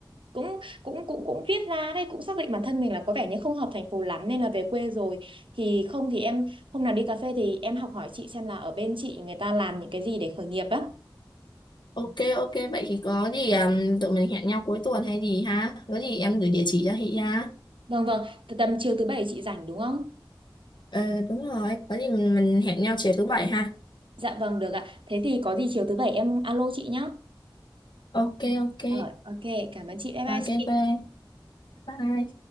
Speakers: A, on the right (about 85°); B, on the left (about 60°).
A: cũng cũng cũng cũng viết ra đây cũng xác định bản thân mình là có vẻ như không hợp thành phố lắm nên là về quê rồi thì không thì em hôm nào đi cà phê thì em học hỏi chị xem là ở bên chị người ta làm những cái gì để khởi nghiệp á
B: ok ok vậy thì có gì um, tụi mình hẹn nhau cuối tuần hay gì ha có gì em gửi địa chỉ cho chị ha
A: Vâng vâng, từ tầm chiều thứ bảy chị rảnh đúng không?
B: ờ đúng rồi có gì mình, mình hẹn nhau chiều thứ bảy ha
A: Dạ vâng được ạ. Thế thì có gì chiều thứ bảy em alo chị nhé.
B: ok ok
A: Ờ ok, cảm ơn chị. Bye bye
B: ok
A: chị.
B: bye bye